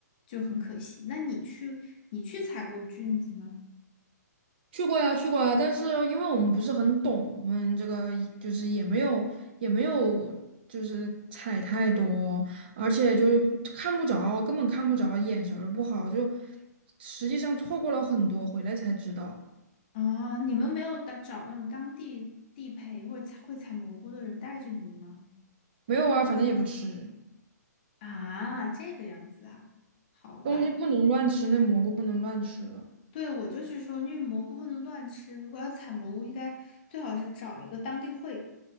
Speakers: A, on the left (about 30°); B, on the right (about 35°).
A: 就很可惜。那你去你去采过菌子吗？
B: 去过呀，去过呀，但是因为我们不是很懂，我们这个就是也没有也没有就是踩太多，而且就是看不着，根本看不着，眼神儿不好，就实际上错过了很多，回来才知道。
A: 啊，你们没有打找那种当地地陪或者采会采蘑菇的人带着你们吗？
B: 没有啊，反正也不吃，
A: 啊，这个样子啊，好吧。
B: 东西不能乱吃，那蘑菇不能乱吃了。
A: 对，我就是说，因为蘑菇不能乱吃，如果要采蘑菇，应该最好是找一个当地会